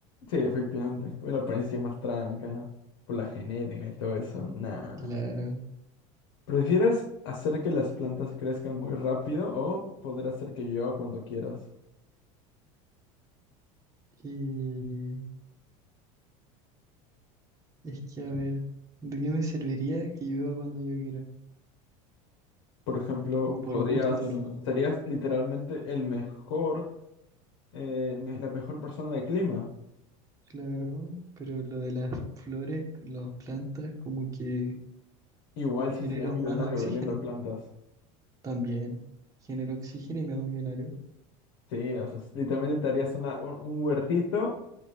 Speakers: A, on the left; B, on the right.
A: Sí, efectivamente. Con la apariencia más tranca, por la genética y todo eso, nada.
B: Claro.
A: ¿Prefieres hacer que las plantas crezcan muy rápido o poder hacer que llueva cuando quieras?
B: Y es que, a ver, ¿de qué me serviría que llueva cuando yo quiera?
A: Por ejemplo,
B: como por
A: podrías,
B: gusto nomás, ¿no?
A: serías literalmente el mejor, eh, me- la mejor persona del clima.
B: Claro, pero lo de las flores, las plantas, como que
A: Igual
B: genero
A: sí serías millonario
B: más oxígeno
A: vendiendo plantas.
B: también. Genero oxígeno y me hago millonario.
A: Sí, o sea, s- literalmente te harías una, un, un huertito